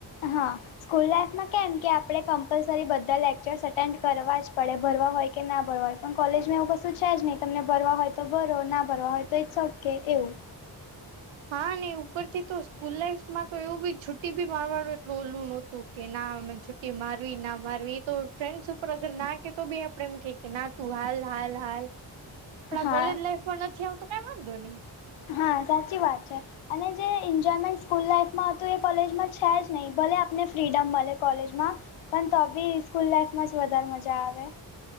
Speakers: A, on the left; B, on the right.
A: હા. સ્કૂલ લાાઈફમાં કેમ કે આપડે કમ્પલસરી બધા લેકચર્સ એટેન્ડ કરવા જ પડે ભરવા હોય કે ના ભરવા હોય પણ કોલેજમાં એવું કશું છે જ નહીં તમને ભરવા હોય તો ભરો ના ભરો તો ઇટ્સ ઓકે એવું.
B: હા ને ઉપરથી તો સ્કૂલ લાઈફમાં તો એવું ભી છુટીભી મારવાનું એટલું ઓલું નહોતું. કે ના અમે છુ્ટી મારવી ના મારવી એતો તો ફ્રેન્ડસ ઉપર અગર નાકે તો બી આપડે એમ કેના તો હાલ હાલ હાલ આપણા
A: હા
B: કોલેજ લાઈફમાં નથી, આવું તો કઈ વાંધો નહી.
A: હા, સાચી વાત છે. અને જે એન્જોયમેન્ટ સ્કૂલ લાઈફમાં હતું એ કોલેજમાં છે જ નહીં ભલે આપને ફ્રીડમ મળે કોલેજમાં. પણ તો બી સ્કૂલ લાઈફમાં જ વધારે મજા આવે.